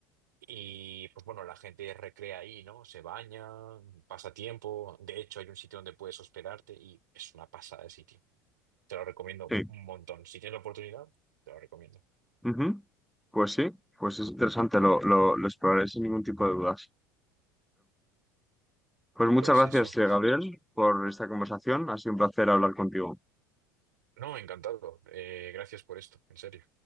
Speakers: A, on the right (about 70°); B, in the centre.
A: Y pues bueno, la gente recrea ahí, ¿no? Se baña, pasa tiempo. De hecho, hay un sitio donde puedes hospedarte y es una pasada de sitio. Te lo recomiendo
B: Sí.
A: un montón. Si tienes la oportunidad, te lo recomiendo.
B: Ujú. Pues sí, pues es interesante, lo, lo, lo exploraré sin ningún tipo de dudas. Pues muchas
A: Pues
B: gracias,
A: eso.
B: eh, Gabriel, por esta conversación. Ha sido un placer hablar contigo.
A: No, encantado. Eh, gracias por esto, en serio.